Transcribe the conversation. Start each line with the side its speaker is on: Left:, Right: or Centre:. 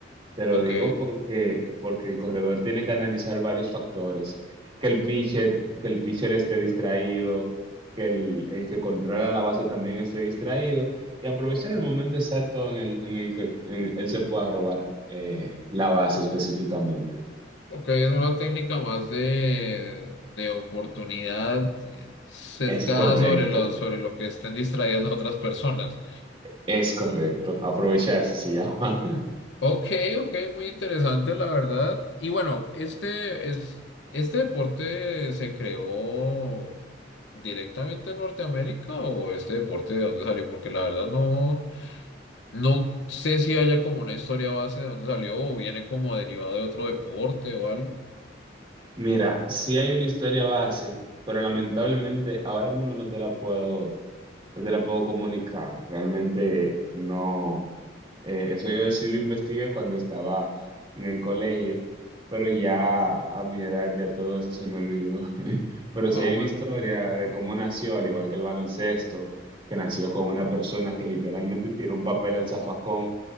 Right: te lo
Left: ok.
Right: digo porque, porque el corredor tiene que analizar varios factores. Que el pitcher, que el pitcher esté distraído, que el, el que controla la base también esté distraído y aprovechar el momento exacto en el, en el que eh, él se pueda robar eh, la base específicamente.
Left: Ok, es una técnica más de, de oportunidad eh, sesgada
Right: Es correcto,
Left: sobre lo, sobre lo que estén distraídas las otras personas.
Right: es correcto. Aprovecharse se llama.
Left: Ok, ok, muy interesante la verdad. Y bueno, este es este deporte se creó directamente en Norteamérica o este deporte de dónde salió, porque la verdad no no sé si haya como una historia base de dónde salió o viene como derivado de otro deporte o algo.
Right: Mira, sí hay una historia base, pero lamentablemente ahora mismo no te la puedo, no te la puedo comunicar. Realmente no. eh, eso yo sí lo investigué cuando estaba en el colegio, pero ya a mi edad ya todo eso se me olvidó. <laughs> Pero
Left: Ah,
Right: sí hay
Left: bueno.
Right: una historia de cómo nació, al igual que el baloncesto, que nació con una persona que literalmente tiró un papel al zafacón